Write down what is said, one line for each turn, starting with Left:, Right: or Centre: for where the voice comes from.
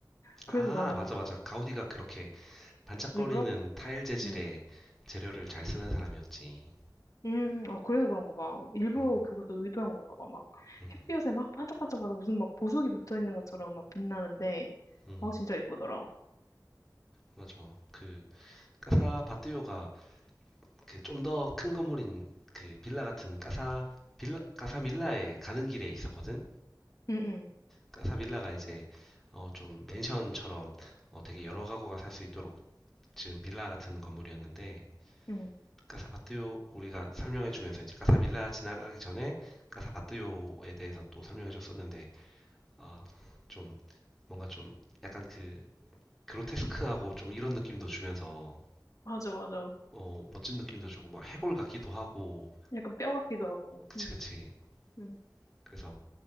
Left: 그래서
Centre: 아,
Left: 나는
Centre: 맞아, 맞아. 가우디가 그렇게 반짝거리는
Left: 일부러?
Centre: 타일 재질의
Left: 응.
Centre: 재료를 잘 쓰는 사람이었지.
Left: 음, 아, 그래서 그런가 봐. 일부러
Centre: 음,
Left: 그것도 의도한 건가 봐. 막
Centre: 음,
Left: 햇볕에 막 반짝반짝하다 무슨 막 보석이 붙어 있는 것처럼 막 빛나는데,
Centre: 음,
Left: 아, 진짜 예쁘더라.
Centre: 맞아. 그 까사 바띠오가 그 좀 더 큰 건물인 그 빌라 같은 까사 빌라 까사 밀라에 가는 길에 있었거든.
Left: 응, 응,
Centre: 까사 밀라가 이제 어, 좀 맨션처럼 어, 되게 여러 가구가 살 수 있도록 지금 빌라 같은 건물이었는데
Left: 응.
Centre: 까사 바띠오 우리가 설명해 주면서 이제 까사 밀라 지나가기 전에 까사 바띠오에 대해서 또 설명해 줬었는데 아, 좀 뭔가 좀 약간 그 그로테스크하고 좀 이런 느낌도 주면서
Left: 맞아, 맞아.
Centre: 어, 멋진 느낌도 주고 막 해골 같기도 하고
Left: 약간 뼈 같기도 하고.
Centre: 그치
Left: 응,
Centre: 그치.
Left: 응.
Centre: 그래서